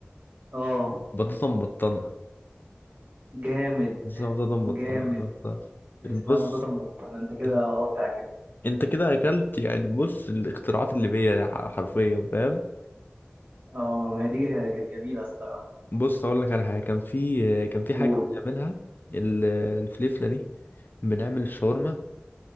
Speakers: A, on the right; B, on the left.
A: اه
B: بطاطا مبطنة
A: جامد
B: بالظبط ده مبطلة
A: جامد ده اسمها
B: بص
A: بطاطا مبططة انت كده
B: إن-
A: اه بتاع كده
B: انت كده اكلت يعني بص الاختراعات اللي بيا ح- حرفيا فاهم
A: اه ما هي دي كانت جميلة الصراحة
B: بص اقول لك على حاجه كان في كان في
A: قول
B: حاجه بنعملها ال- الفليفله دي بنعمل الشاورما